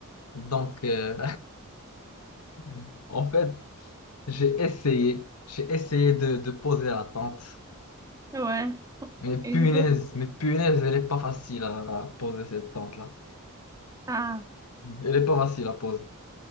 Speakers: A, on the left; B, on the right.
A: Donc, euh, <laughs> en fait, j'ai essayé. J'ai essayé de, de poser la tente.
B: Ouais.
A: Mais punaise,
B: Et du coup?
A: mais punaise, elle est pas facile à, à poser cette tente-là.
B: Ah,
A: Elle est pas facile à poser.